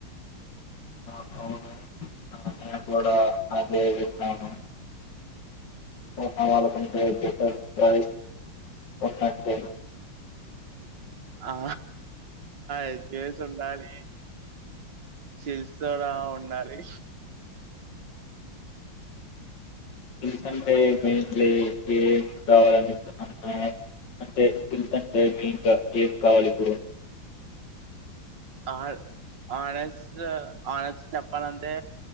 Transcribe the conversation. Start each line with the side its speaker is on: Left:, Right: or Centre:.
Left: ఆ, అవును ఆ, నేను కూడా అదే వింటను ఉన్న వాళ్ళకంటే బెటర్ ప్రైస్ ఉన్నట్టే
Right: ఆ ఐచేసుండాలి చేస్తూనే ఉండాలి
Left: ఎంతంటే ఎం ఎం ఎం ఎం కావాలని అన్నా అంటే మేయిన్ గా ఎం కావాలి ఇప్పుడు
Right: ఆ ఆనస్ ఆనస్ చెప్పాలంతే